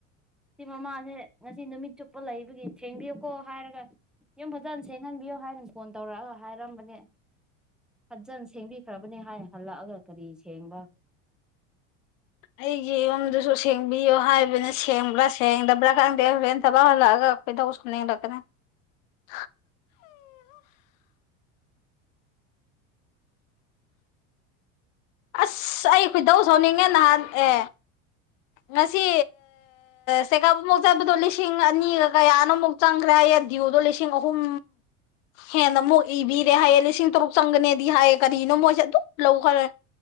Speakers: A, in the centre; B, on the left.
A: ꯁꯤ ꯃꯃꯥꯁꯦ ꯉꯁꯤ ꯅꯨꯃꯤꯠ ꯆꯨꯞꯄ ꯂꯩꯕꯒꯤ ꯊꯦꯡꯕꯤꯌꯨꯀꯣ ꯍꯥꯏꯔꯒ ꯌꯨꯝ ꯐꯖꯅ ꯁꯦꯡꯍꯟꯕꯤꯌꯣ ꯍꯥꯏꯅ ꯐꯣꯟ ꯇꯧꯔꯛꯑꯒ ꯍꯥꯏꯔꯝꯕꯅꯦ ꯐꯟꯖꯟ ꯁꯦꯡꯕꯤꯈ꯭ꯔꯕꯅꯤ ꯍꯥꯏꯅ ꯍꯜꯂꯛꯑꯒ ꯀꯔꯤ ꯁꯦꯡꯕ
B: ꯑꯩꯒꯤ ꯌꯨꯝꯗꯨꯁꯨ ꯁꯦꯡꯕꯤꯌꯨ ꯍꯥꯏꯕꯅ ꯁꯦꯡꯕ꯭ꯔꯥ ꯁꯦꯡꯗꯕ꯭ꯔꯥ ꯈꯪꯗꯦ ꯍꯣꯔꯦꯟ ꯊꯕꯛ ꯍꯜꯂꯛꯑꯒ ꯀꯩꯗꯧ <unintelligible> ꯑꯁ ꯑꯩ ꯈꯣꯏꯗꯧ ꯁꯧꯅꯤꯡꯉꯦ ꯅꯍꯥꯟ ꯑꯦ ꯉꯁꯤ ꯆꯦꯀꯞ ꯑꯃꯨꯛ ꯆꯠꯄꯗꯣ ꯂꯤꯁꯤꯡ ꯑꯅꯤꯒ ꯀꯌꯥꯅꯣꯃꯨꯛ ꯆꯪꯈ꯭ꯔꯦ ꯍꯥꯢꯑꯦ ꯗꯤꯌꯨꯗꯣ ꯂꯤꯁꯤꯡ ꯑꯍꯨꯝ ꯍꯦꯟꯅ ꯑꯃꯨꯛ ꯏꯕꯤꯔꯦ ꯍꯥꯏꯌꯦ ꯂꯤꯁꯤꯡ ꯇꯔꯨꯛ ꯆꯪꯒꯅꯦꯗꯤ ꯍꯥꯏꯌꯦ ꯀꯔꯤꯒꯤꯅꯣ ꯃꯣꯏꯁꯦ ꯑꯗꯨꯝ ꯂꯧꯈ꯭ꯔꯦ